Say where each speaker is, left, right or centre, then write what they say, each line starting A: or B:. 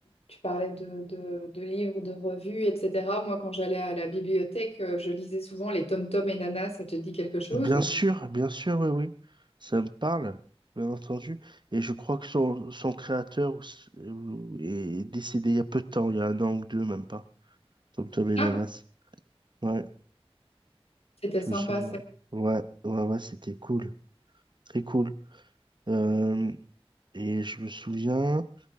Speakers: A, on the left (about 75°); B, on the right (about 50°).
A: tu parlais de, de- de livres, de revues, etc. Moi, quand j'allais à la bibliothèque, euh, je lisais souvent les Tom Tom et Nana, ça te dit quelque chose?
B: Bien sûr, bien sûr, oui, oui. Ça me parle, bien entendu. Et je crois que son, son créateur ou s- ou- est décédé il y a peu de temps, il y a un an ou deux, même pas. Tom Tom et
A: Ah,
B: Nanas. Ouais,
A: C'était
B: je
A: sympa,
B: me souviens.
A: ça.
B: Ouais, ouais, ouais, c'était cool. Très cool. Euh, et je me souviens